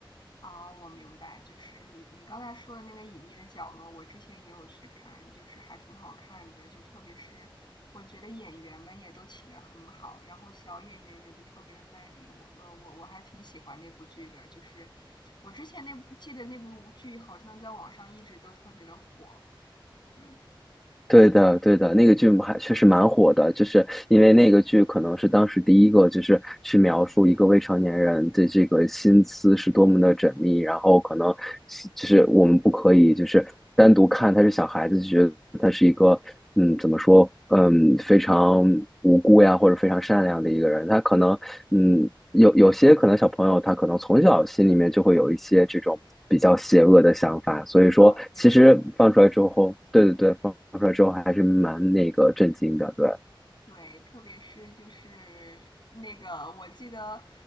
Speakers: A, on the left (about 55°); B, in the centre.
A: 啊，我明白，就是你你刚才说的那个《隐秘的角落》，我之前也有去看，就是还挺好看的，就特别是我觉得演员们也都请的很好，然后小演员也都特别的卖力，我我我我还挺喜欢那部剧的，就是我之前那部记得那部剧好像在网上一直都特别的火，嗯。
B: 对的，对的，那个剧还确实蛮火的，就是因为那个剧可能是当时第一个，就是去描述一个未成年人的这个心思是多么的缜密，然后可能就是我们不可以就是单独看他是小孩子，就觉得他是一个嗯怎么说嗯非常无辜呀，或者非常善良的一个人，他可能嗯有有些可能小朋友他可能从小心里面就会有一些这种。比较邪恶的想法，所以说其实放出来之后，
A: 啊，对对对
B: 对对对，放出来之后还是蛮那个震惊的，对
A: 对，特别是就是那个，我记得，